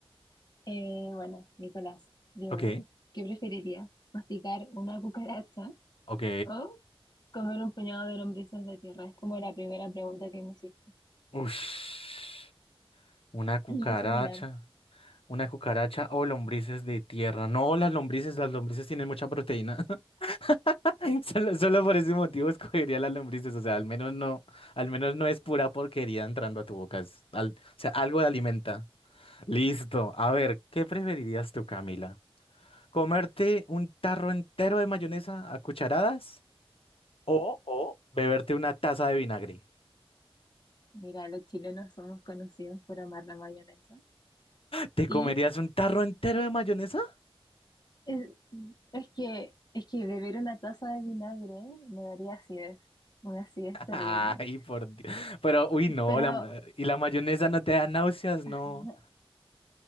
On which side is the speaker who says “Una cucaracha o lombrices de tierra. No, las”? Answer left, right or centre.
Left